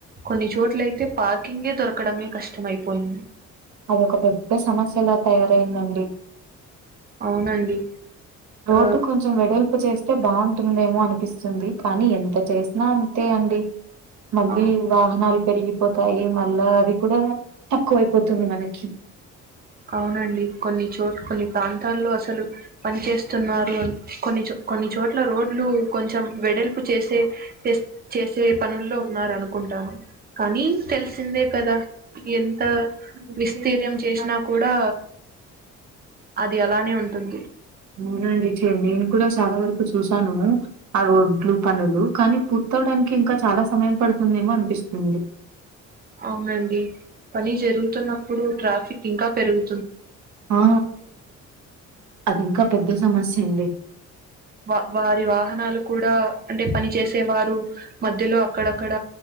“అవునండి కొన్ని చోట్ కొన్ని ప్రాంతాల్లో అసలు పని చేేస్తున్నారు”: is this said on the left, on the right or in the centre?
Right